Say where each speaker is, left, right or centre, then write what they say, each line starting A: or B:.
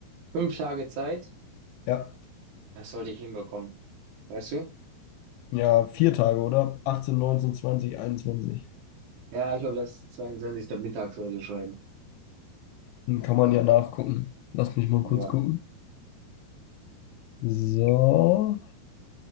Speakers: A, on the right; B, on the left.
A: fünf Tage Zeit.
B: Ja.
A: Das sollte ich hinbekommen. Weißt du?
B: Ja, vier Tage, oder? 18, 19, 20, 21.
A: Ja, ich glaube, das ist 22. mittags oder so schreiben.
B: Dann kann man ja nachgucken. Lass mich mal
A: Ja.
B: kurz gucken. So,